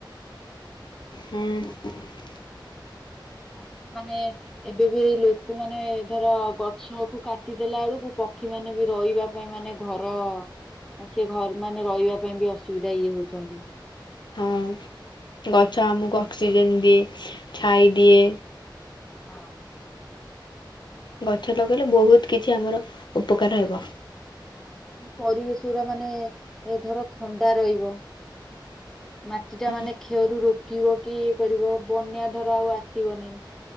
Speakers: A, on the left; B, in the centre.
A: ହୁଁ।
B: ଆଉ ସେଠି ମାନେ ଏବେ ବି ଲୋକମାନେ ଧର ଗଛ କୁ କାଟି ଦେଲାଏଳୁକୁ ପ ପକ୍ଷୀ ମାନେ ବି ରହିବା ପାଇଁ ମାନେ ଘର। ଆଉ ସେ ଘର ମାନେ ରହିବା ପାଇଁ ବି ଅସୁବିଧା ଇଏ ହଉଛନ୍ତି।
A: ହଁ ଗଛ ଆମକୁ ଅକ୍ସିଜେନ ଦିଏ, ଛାଇ ଦିଏ।
B: ହଁ।
A: ଗଛ ଲଗେଇଲେ ବହୁତ କିଛି ଆମର ଉପକାର ହେବ।
B: ହଁ ପରିବେଶ ଉରା ମାନେ ଏ ଧର ଥଣ୍ଡା ରହିବ। ମାଟି ଟା
A: ହୁଁ।
B: ମାନେ କ୍ଷୟରୁ ରୋକିବ କି ଇଏ କରିବ ବନ୍ୟା ଧର ଆଉ ଆସିବ ନେଇ।